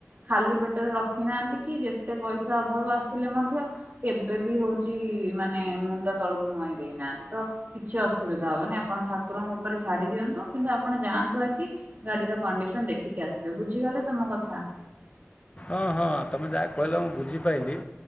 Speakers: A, on the right; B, on the left.
A: ଖାଲି ପେଟରେ ରଖିନାହାନ୍ତି କି ଯେତେ ପଇସା ଅଭାବ ଆସିଲେ ମଧ୍ୟ କେବେ କେବେ ବି ହଉଚି ମାନେ ମୁଣ୍ଡ ତଳକୁ ନୁଆଇଁ ଦେଇନାହାନ୍ତି। ତ କିଛି ଅସୁବିଧା ହବନି। ଆପଣ ଠାକୁ ଠାକୁରଙ୍କ ଉପରେ ଛାଡି ଦିଅନ୍ତୁ। କିନ୍ତୁ ଆପଣ ଯାଆନ୍ତୁ ଆଜି ଗାଡିର କଣ୍ଡିସନ ଦେଖିକି ଆସିବେ। ବୁଝି ଗଲେତ ମୋ କଥା।
B: ଅ ହଁ ତମେ ଯାହା କହିଲ ମୁଁ ବୁଝିପାଇଲିି।